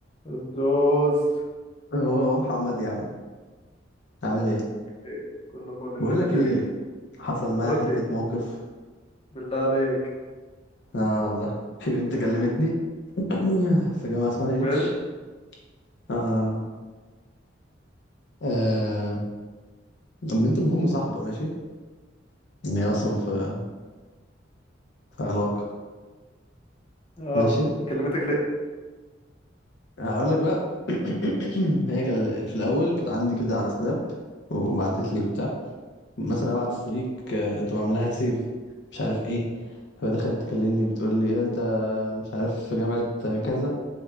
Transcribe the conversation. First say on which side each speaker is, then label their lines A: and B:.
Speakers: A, on the left; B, on the left.
A: الزوز
B: هو هو محمد يا عم عامل ايه
A: إيه، كله فل انت
B: بقول
A: إيه
B: لك
A: الدنيا
B: ايه حصل معايا
A: قول
B: حته
A: لي
B: موقف
A: بالله عليك
B: اه والله في بنت كلمتني <clears throat> في جامعه اسمها
A: بنت
B: اتش اه آه، البنت المفروض مصاحبه ماشي ان هي اصلا في في علاقه
A: اه
B: ماشي
A: كلمتك ليه
B: هقول لك بقى <clears throat> هي كان في الاول كانت عندي كده على سناب وبعتت لي وبتاع مثلا ابعت ستريك آه، تقوم عاملاها سيف مش عارف ايه فدخلت تكلمني بتقول لي ايه ده انت مش عارف في جامعه كذا